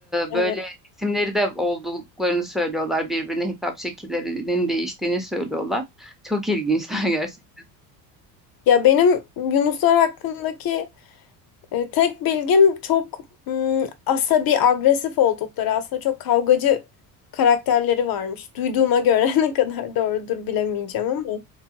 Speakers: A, on the left (about 45°); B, in the centre.
A: Evet.
B: böyle isimleri de olduklarını söylüyorlar. Birbirine hitap şekillerinin değiştiğini söylüyorlar. Çok ilginçler <laughs> gerçekten.
A: Ya benim Yunuslar hakkındaki E, tek bilgim çok mm, asabi, agresif oldukları aslında çok kavgacı karakterleri varmış. Duyduğuma göre <laughs> ne kadar doğrudur bilemeyeceğim ama.